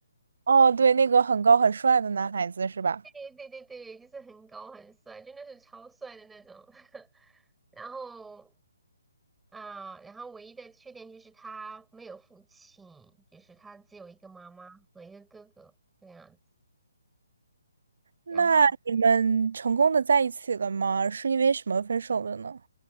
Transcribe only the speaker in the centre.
对对对对，就是很高很帅，真的是超帅的那种。<laughs> 然后啊，然后唯一的缺点就是他没有父亲，就是他只有一个妈妈和一个哥哥这个样子。
然后。